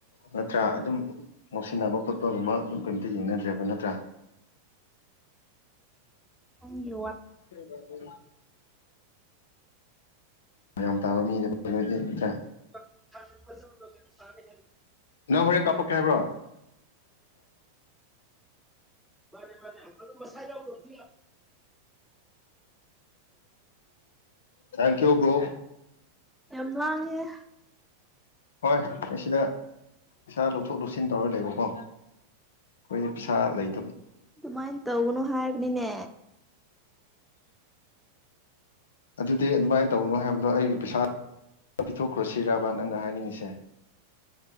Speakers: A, on the left; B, in the centre.
A: ꯅꯠꯇ꯭ꯔꯥ ꯑꯗꯨꯝ ꯉꯧꯁꯤꯟꯅꯕ ꯈꯣꯠꯄꯒꯨꯝꯕ ꯑꯗꯨꯝ ꯀꯩꯝꯇ ꯌꯦꯡꯅꯗ꯭ꯔꯦꯕ ꯅꯠꯇ꯭ꯔꯥ <unintelligible>
B: ꯑ ꯌ
A: ꯎ ꯌꯥꯝ ꯇꯥꯕ ꯃꯤꯅꯗꯤ ꯅꯠꯇ꯭ꯔꯥ
B: <unintelligible>
A: ꯅꯪ ꯍꯣꯔꯦꯟ ꯀꯥꯞꯄꯛꯀꯦ ꯍꯥꯏꯕ꯭ꯔꯣ
B: ꯃꯥꯅꯦ ꯃꯥꯅꯦ ꯑ ꯃꯁꯥꯖꯥꯎ ꯀꯁꯤ
A: ꯊꯦꯡꯀ ꯌꯨ ꯕ꯭ꯔꯣ
B: ꯌꯥꯝ ꯂꯥꯡꯉꯦ
A: ꯍꯣꯏ ꯑꯩ ꯁꯤꯗ ꯄꯩꯁꯥ ꯂꯧꯊꯣꯛ ꯂꯧꯁꯤꯟ ꯇꯧꯔ ꯂꯩꯕꯀꯣ ꯀꯣꯏꯅꯤ ꯄꯩꯁꯥ ꯂꯩ
B: ꯑꯗꯨꯃꯥꯏꯅ ꯇꯧꯧꯕꯅꯨ ꯍꯥꯏꯕꯅꯤꯅꯦ
A: ꯑꯗꯨꯗꯤ ꯑꯗꯨꯃꯥꯏꯅ ꯇꯧꯅꯣ ꯍꯥꯏꯕꯗꯣ ꯑꯩꯒꯤ ꯄꯩꯁꯥ ꯅ ꯄꯤꯊꯣꯛꯈ꯭ꯔꯣ ꯁꯤꯔꯥꯕ ꯅꯪꯅ ꯍꯥꯏꯅꯤꯡꯉꯤꯁꯦ